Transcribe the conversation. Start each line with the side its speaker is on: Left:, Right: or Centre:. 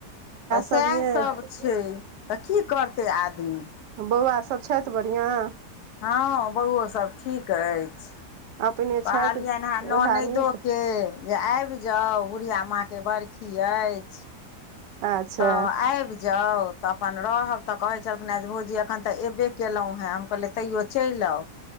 Left: तऽ सएह
Right: सभ यइ
Left: सब छै तऽ की करतै आदमी
Right: बौआ सब छथि बढ़िआँ
Left: हँ बौओ सभ ठीक अछि
Right: अपने
Left: कहलियनि
Right: छथि
Left: हन ननैदोेके
Right: ओझा नीक
Left: जे आबि जाउ बुढ़िआ माँके बरखी अछि
Right: अच्छा
Left: तऽ आबि जाउ तऽ अपन रहब तऽ कहै छलखिन जे भौजी एखन तऽ एयबे केलहुँ हँ हम कहलियै तयो चल आउ